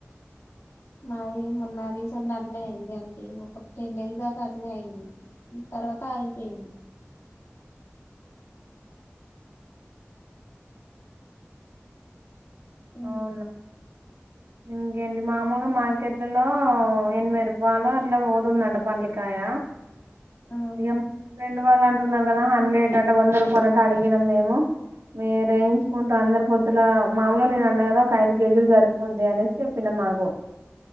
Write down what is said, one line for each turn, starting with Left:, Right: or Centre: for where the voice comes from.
Left: మాది మొన్న రీజన్లు అట్లే అయింది అంటే ఒక టెన్ డేస్ దాకా అటలే అయింది తర్వాత అయిపోయింది ఆ
Right: అవునా ఇంకేంటి మామూగా మార్కెట్లలో ఎనభై రూపాయలు అట్లా పోతుందట పల్లికాయ
Left: ఆ
Right: ఏ రెండు వాళ్ళు అంటున్నారు కదా హండ్రెడ్ అ వంద రూపాయలు అ అడిగినం మేము మీ వేయించుకుంటాం అందరు పొద్తుల మాూలు నే అ కదా ఒక ఐదు కేజీలు జరిపోంది అనేసి చెప్పిన మాకు